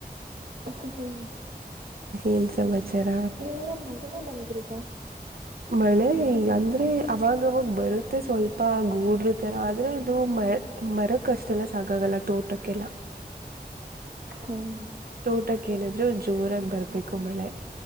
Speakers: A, on the right; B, on the right.
A: ಹ್ಮ್ ಹ್ಮ್
B: ಏನ್ ಸಮಾಚಾರ
A: <unintelligible> ಇಲ್ವಾ.
B: ಮಳೆ ಈಗ ಅಂದ್ರೆ ಅವಾಗವಾಗ ಬರುತ್ತೆ ಸ್ವಲ್ಪ ಗೂಡರ್ ತರ ಆದ್ರೆ ಅದು ಮಳೆ ಮರಕಷ್ಟೆಲ್ಲಾ ಎಲ್ಲ ಸಾಕಾಗಲ್ಲ ತೋಟಕ್ಕೆಲ್ಲ.
A: ಹ್ಮ್
B: ತೋಟಕ್ಕೆ ಏನಾದ್ರು ಜೋರಾಗಿ ಬರ್ಬೇಕು ಮಳೆ.